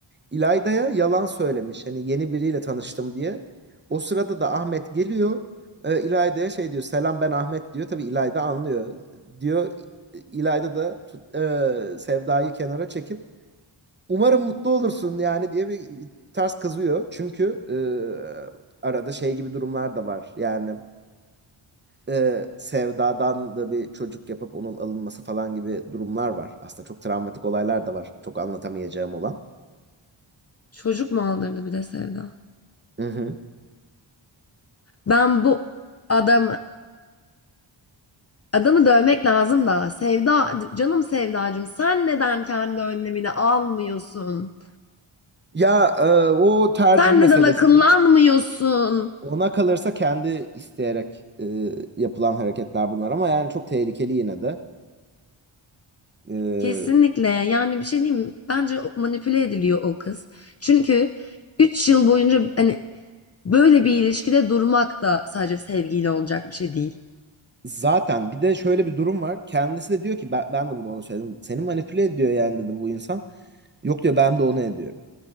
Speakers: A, on the right; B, on the left.
A: İlayda'ya yalan söylemiş. Hani yeni biriyle tanıştım diye. O sırada da Ahmet geliyor. E, İlayda'ya şey diyor. Selam ben Ahmet diyor. Tabii İlayda anlıyor. Diyor İlayda da tut- e, Sevda'yı kenara çekip umarım mutlu olursun yani diye bir ters kızıyor. Çünkü e, arada şey gibi durumlar da var. Yani e, Sevda'dan da bir çocuk yapıp onun alınması falan gibi durumlar var. Aslında çok travmatik olaylar da var. Çok anlatamayacağım olan.
B: Çocuk mu aldırdı bir de Sevda?
A: Hı hı.
B: Ben bu adam adamı dövmek lazım da. Sevda, canım Sevdacığım sen neden kendi önlemini almıyorsun?
A: Ya e, o tercih
B: Sen
A: meselesidir.
B: neden akıllanmıyorsun?
A: Ona kalırsa kendi isteyerek e, yapılan hareketler bunlar ama yani çok tehlikeli yine de. E,
B: Kesinlikle. Yani bir şey diyeyim mi? Bence manipüle ediliyor o kız. Çünkü 3 yıl boyunca hani böyle bir ilişkide durmak da sadece sevgiyle olacak bir şey değil.
A: zaten bir de şöyle bir durum var. Kendisi de diyor ki ben, ben de bunu ona söyledim. Seni manipüle ediyor yani dedim bu insan. Yok diyor ben de onu ediyorum.